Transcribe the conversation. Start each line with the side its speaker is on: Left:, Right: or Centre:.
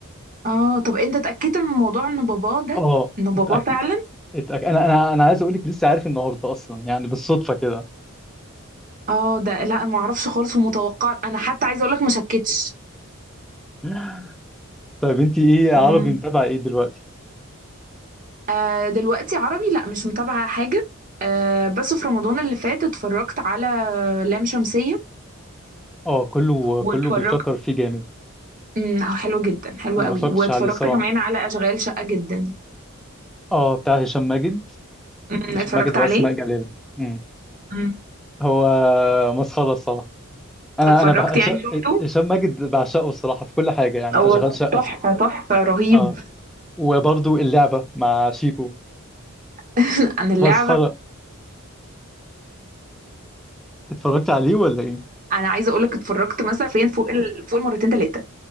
Right: اه طب انت اتأكدت من الموضوع ان باباه ده
Centre: اه
Right: انه
Centre: متاكد
Right: باباه فعلا
Centre: اتاكد انا انا انا عايز اقول لك لسه عارف النهارده اصلا يعني بالصدفه كده
Right: اه ده لا ما اعرفش خالص ومتوقع انا حتى عايزه اقول لك ما شكتش
Centre: <laughs> طيب انت ايه عربي
Right: امم
Centre: متابعه ايه دلوقتي
Right: آه دلوقتي عربي لا مش متابعة حاجة آه بس في رمضان اللي فات اتفرجت على لام شمسية
Centre: اه كله
Right: واتفرجت
Centre: كله بيشكر فيه جامد
Right: امم حلو جدا حلو
Centre: انا
Right: قوي
Centre: ما اتفرجتش
Right: واتفرجت
Centre: عليه الصراحه
Right: كمان على اشغال شقة جدا
Centre: اه بتاع هشام ماجد
Right: امم
Centre: هشام
Right: اتفرجت
Centre: ماجد واسماء
Right: عليه
Centre: جلال امم
Right: مم.
Centre: هو مسخره الصراحه انا
Right: اتفرجت
Centre: انا بح... هش-
Right: يعني شفته
Centre: هشام ماجد بعشقه الصراحه في كل حاجه يعني
Right: هو
Centre: اشغال شقه
Right: تحفة تحفة رهيب
Centre: اه وبرضو اللعبه مع شيكو
Right: <laughs> عن اللعبة
Centre: مسخره اتفرجت عليه ولا ايه
Right: انا عايزة اقولك اتفرجت مثلا فين فوق ال... فوق المرتين تلاتة